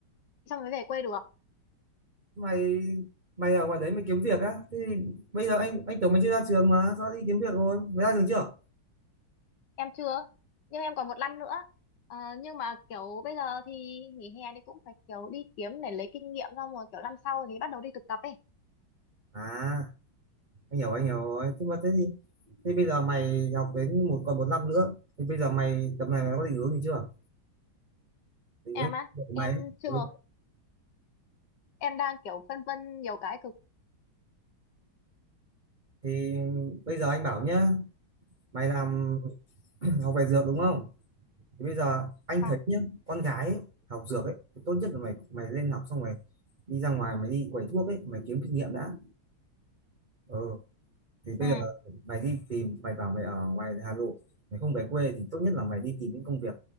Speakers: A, on the left; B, on the right.
A: Xong mới về quê được.
B: Mày mày ở ngoài đấy mày kiếm việc á? Thế thì bây giờ anh anh tưởng mày chưa ra trường mà, sao đi kiếm việc rồi? Mày ra trường chưa?
A: Em chưa. Nhưng em còn một năm nữa. Ờ, nhưng mà kiểu bây giờ thì nghỉ hè thì cũng phải kiểu đi kiếm để lấy kinh nghiệm xong rồi kiểu năm sau thì bắt đầu đi thực tập ấy.
B: À, anh hiểu anh hiểu rồi. Thế mà thế thì thế bây giờ mày học đến một còn một năm nữa, thì bây giờ mày tầm này mày có định hướng gì chưa? Thì nhớ
A: Em á,
B: việc của mày
A: em
B: ấy.
A: chưa.
B: ừ.
A: em đang kiểu phân vân nhiều cái cực
B: Thì bây giờ anh bảo nhá, mày làm <clears throat> học về dược đúng không? Thì bây giờ anh
A: Vâng.
B: thấy nhá con gái ấy, học dược ấy thì tốt nhất là mày mày lên học xong mày đi ra ngoài mày đi quầy thuốc ấy mày kiếm kinh nghiệm đã ừ. thì bây
A: ừ
B: giờ mày đi tìm mày bảo mày ở ngoài Hà Nội mày không về quê thì tốt nhất là mày đi tìm những công việc